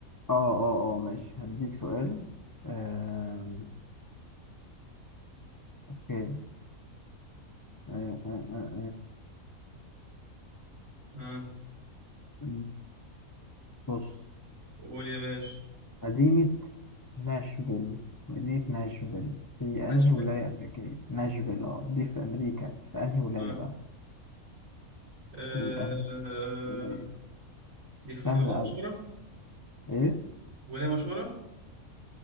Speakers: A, on the left; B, on the right.
A: اه اه اه ماشي هديك سؤال آه. اوكي، آه، آه، آه،
B: اه
A: آه. بص
B: قول يا باشا
A: مدينة ناشفيل مدينة ناشفيل في
B: ناشفيل
A: أنهي ولاية أمريكية؟ ناشفيل اه دي في أمريكا في أنهي ولاية
B: اه
A: بقى؟
B: آه،
A: في أنهي ولاية؟
B: دي في
A: سهلة
B: ولايه مشهوره
A: أوي إيه؟
B: ولايه مشهوره